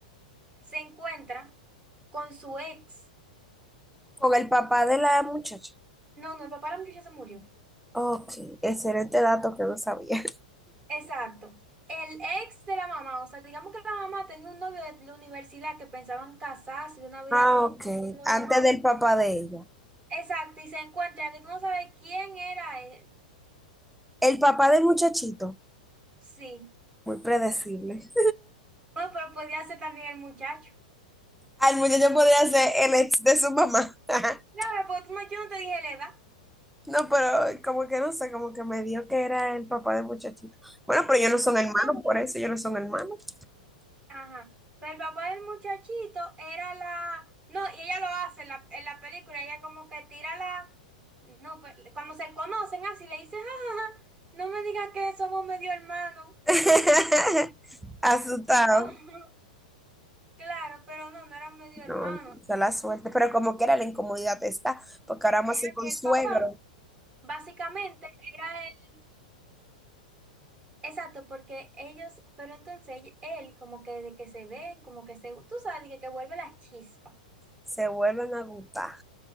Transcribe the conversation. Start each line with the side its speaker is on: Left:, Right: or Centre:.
Right: se encuentra con su ex.
Centre: Con el papá de la muchacha.
Right: No, no, el papá de la muchacha se murió.
Centre: Ok, excelente dato que no sabía.
Right: Exacto. El ex de la mamá, o sea, digamos que la mamá tenía un novio de la universidad que pensaban casarse, de una vida
Centre: Ah,
Right: juntos,
Centre: ok.
Right: todo lo
Centre: Antes
Right: demás.
Centre: del papá de ella.
Right: Exacto, y se encuentra que tú no sabes quién era él.
Centre: El papá del muchachito,
Right: Sí.
Centre: muy predecible. <laughs>
Right: No, pero podía ser también el muchacho.
Centre: Al muchacho podría ser el ex de su mamá. <laughs>
Right: Claro, porque tú no, yo no te dije la edad.
Centre: No, pero como que no sé, como que me dio que era el papá del muchachito. Bueno, pero ellos no son hermanos,
Right: Entonces,
Centre: por eso ellos no son hermanos.
Right: Ajá. Pero el papá del muchachito era la... No, y ella lo hace en la, en la película, ella como que tira la... No, pues cuando se conocen así le dice, jajaja, no me digas que somos medio hermanos.
Centre: <laughs>
Right: <laughs>
Centre: Asustado.
Right: Tipo, <laughs> claro, pero no, no era medio
Centre: No,
Right: hermano.
Centre: se la suerte. Pero como quiera, la incomodidad está, porque ahora más
Right: Era
Centre: con
Right: que el
Centre: suegro
Right: papá, básicamente, era él. Exacto, porque ellos, pero entonces él, como que desde que se ven, como que se, tú sabes, que, que vuelve la chispa.
Centre: se vuelven a gustar.